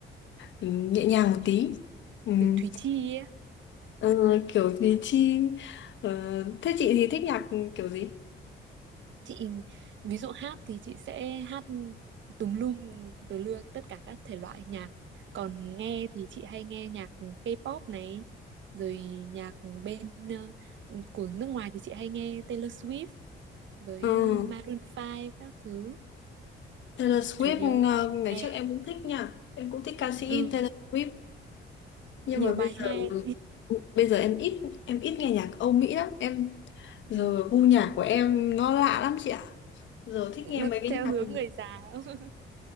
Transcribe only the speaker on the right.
kiểu Thùy Chi ấy.
Chị ví dụ hát thì chị sẽ hát tùm lum từ lưa tất cả các thể loại nhạc. Còn nghe thì chị hay nghe nhạc K-pop này, rồi nhạc bên ờ, của nước ngoài thì chị hay nghe Taylor Swift với
ờ, Maroon 5 các thứ.
chủ yếu là
nghe
ừ,
nhiều
bài
hay
ừ.
Nó
theo
hướng người già <laughs>